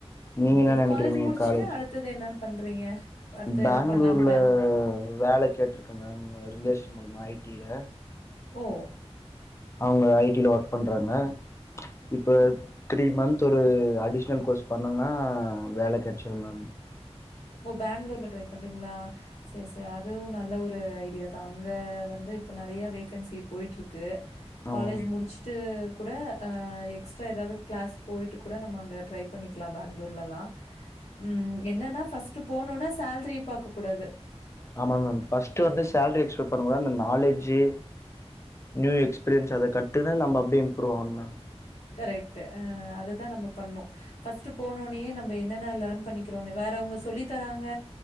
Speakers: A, on the left; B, on the left.
A: நீங்க என்ன
B: இப்ப
A: நெனைக்கிறீங்க
B: காலேஜ் முடிச்சுட்டு
A: காலேஜ்
B: அடுத்தது என்ன பண்றீங்க? அடுத்து
A: பேங்களூர்ல
B: என்ன பண்ணலான்னு பிளான்?
A: வேலை கேட்டிருக்க மேம் ரிலேஷன் மூலயமா ஐடில
B: ஓ.
A: அவுங்க ஐ டி ல ஒர்க் பண்றாங்க இப்போ த்ரீ மந்த் ஒரு அடிஷ்னல் கோர்ஸ் பண்ணுனோனா வேல கெடச்சிரு மேம்.
B: ஓ பேங்களூர்ல ட்ரை பண்றீங்ளா. சரி சரி அது ஒன். நல்ல ஒரு ஐடியாதான் அங்க வந்து இப்போ நிறைய வேகன்சி போய்டட்டுருக்கு
A: ஆமா
B: காலேஜ்
A: மேம்
B: முடிச்சுட்டு கூட எக்ஸ்ட்ரா ஏதாவது கிளாஸ் போயிட்டு கூட நம்ம அங்க ட்ரை பண்ணிக்கலாம் பேங்களூர்லல்லாம். ம் என்னன்னா. ஃபஸ்ட்டு போனொன சேலரிய பார்க்க கூடாது.
A: ஆமா மேம் ஃபஸ்ட்டு வந்து சேலரி எக்ஸ்பெக்ட் பண்ண கூடாது. நாலேஜு நியூ எக்ஸ்பீரியன்ஸ் அத கட்டுனு நம்ம அப்டியே இம்ப்ரூவ் ஆகணும் மேம்.
B: கரெக்ட்டு ஹ அதுதான் நம்ம பண்ணும் ஃபர்ஸ்ட்டு போனோனே நம்ம என்னென்ன லேர்ன் பண்ணிக்கிறோனு வேற அவங்க சொல்லி தராங்க